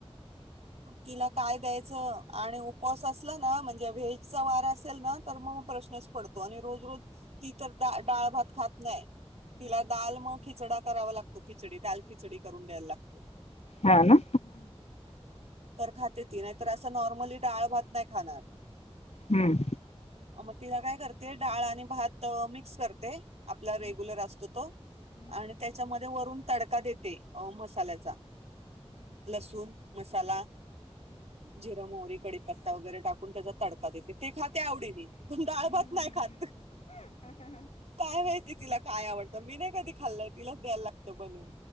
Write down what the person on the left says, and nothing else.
हा ना.
हम्म